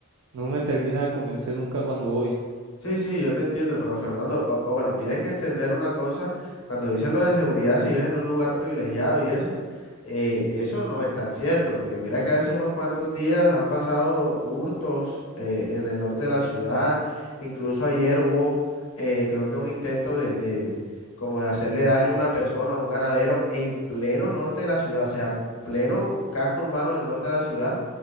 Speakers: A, on the right; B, on the left.
A: no me termina de convencer nunca cuando voy.
B: Sí, sí, yo te entiendo, pero Fernando, o, o bueno, tienes que entender una cosa, cuando dicen lo de seguridad, si vives en un lugar privilegiado y eso, eh, eso no es tan cierto, porque mira que hace unos cuantos días han pasado hurtos eh, en el norte de la ciudad, incluso ayer hubo, eh, creo que un intento de, de como de hacerle daño a una persona, a un ganadero, en pleno norte de la ciudad, o sea, pleno casco urbano del norte de la ciudad.